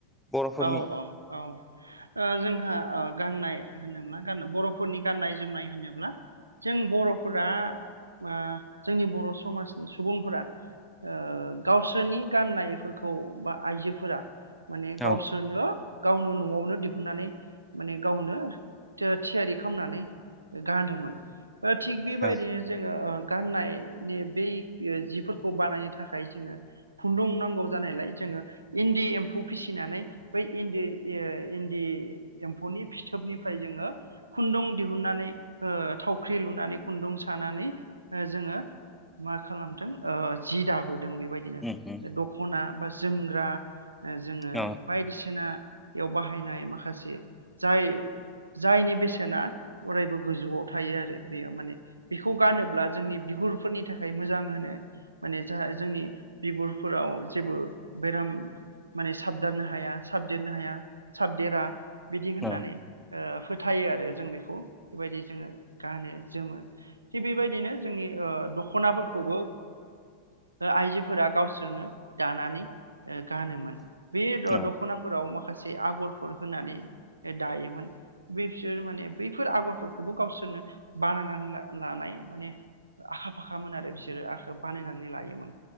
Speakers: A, in the centre; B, on the right.
A: बर'फोरनि
B: औ औ औ। जोंहा गाननाय होनोब्ला ग बर'फोरनि गाननाय जोमनाय होनोब्ला जों बर'फोरा ओ जोंनि बर' समाजनि सुबुंफोरा ओ गावसोरनि गाननायफोरखौ बा आइजोफोरा गावसोरनो
A: औ
B: गावनो न'आव गनो दिहुननानै माने गावनो थ-थियारि खालामनानै गानोमोन। थिग बेबायदिनो
A: औ
B: जोङो गाननायनि बै जिफोरखौ बानायनो थाखाय जोङो खुन्दुं नांगौ जानायलाय जोङो इन्दि एम्फौ फिसि फिनानै बै इन्दि ए इन्दि एमफौनि फिथोबनिफ्राय जोङो खुन्दुं दिहुन नानै ओ थावख्रि लुनानै खुुंदुं सानानै जोंङो मा खालामदों जि दाबोदों। जों बेबायदिनो
A: उम उम
B: दखना बा जोमग्रा जोङो
A: अ
B: बायदिसिना बेयाव बाहायनाय माखासे जाय जायनि बेसेना अरायबो गोजौआव थायो आरो बेयो माने। बेखौ गानोब्ला जोंनि बिगुर फोरनि थाखाय मोजां होनो माने जाहा जोंनि बिगुरफोराव जेबो बेराम माने साबदारनो हाया साबदेरनो हाया साबदेरा। बिदि होननानै
A: अ
B: ओ फोथायो आरो जों बेखौ बेबायदि जोङो गानो जोमो थिग बेबायदिनो जोंनि दख'नाफोरखौबो आइजोफोरा गावसोरनो दानानै ओ गानोमोन। बे द-दख'नाफोराव
A: अ
B: माखासे आगरफोर होनानै दायोमोन बे बिसोर माने बैफोर आगरफोरखौबो गावसोरनो बानायनानै ला-लानाय माने आखा फाखामोन आरो बिसोरो आ बानायनानै लायोमोन